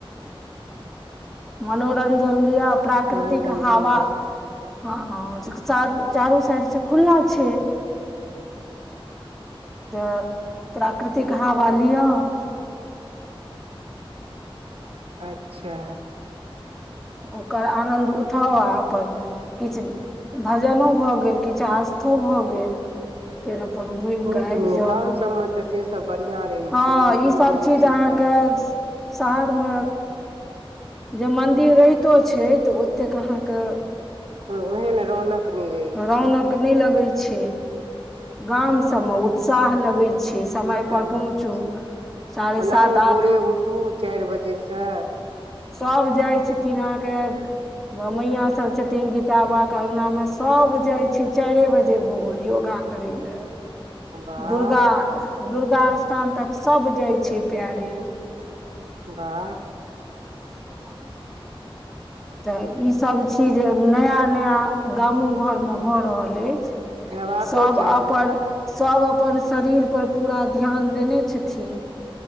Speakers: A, on the right; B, in the centre.
A: ह <inaudible>
B: मनोरंजन लिअ प्राकृतिक
A: मनोरंजन
B: हावा
A: ले
B: हँ चक चारु चारू साइड से खुला छै जे प्राकृतिक हावा लीअ <inaudible>
A: अच्छा
B: ओकर आनन्द उठाउ आ अपन किछ भजनो भऽ गेल किछु आस्थो भऽ गेल फेड़ अपन घुईम
A: बहुत
B: कऽ आईब
A: नीक
B: जाउ
A: गाम सबमे तऽ से सब बढ़ियां रहै
B: हँ
A: छै मंदिर
B: ई सब
A: रहै
B: चीज
A: छै
B: अहाँके
A: तऽ
B: शहर मे जे मंन्दिर रहितो छै तऽ ओतेक अहाँ के
A: ओ ओहे ले रौनक नहि रहै
B: रौनक
A: छै
B: नय लगै छै गाम सबमे उत्साह लगै छै समय
A: सा
B: पर पहुँचू
A: लगै छै
B: साढ़े
A: ओनाउ
B: सात आठ
A: भोरे उठू चारि बजे सँ
B: सभ जाइ छथिन अहाँ के मैया सब छथिन गीता बाबा के अंगना में सब जाय छै चारे बजे भोर योगा करै ले
A: वाह
B: दुर्गा दुर्गा स्थान तक सब जाइ छै पैरे
A: बाह
B: त ब <inaudible> तऽ ईसब चीज नया नया गामो घर मे भऽ रहल अईछ
A: हेबाको
B: सब
A: चाही
B: आपन सब अपन शरीर पर पूरा ध्यान देने छथिन